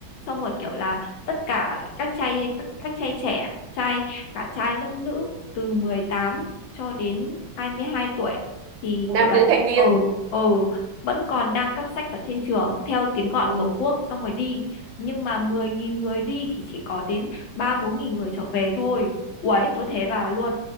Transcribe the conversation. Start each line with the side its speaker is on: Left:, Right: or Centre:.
Left: xong rồi kiểu là tất cả các trai các, các trai trẻ trai cả trai lẫn nữ từ 18 cho đến 22 tuổi thì
Right: nam
Left: kiểu là
Right: nữ thanh niên
Left: ờ ờ vẫn còn đang cấp sách ở trên trường theo tiếng gọi
Right: Ừ.
Left: của Tổ quốc xong rồi đi nhưng mà 10.000 người đi thì chỉ có đến ba bốn nghìn người trở về thôi. Uầy, tôi thế bà luôn.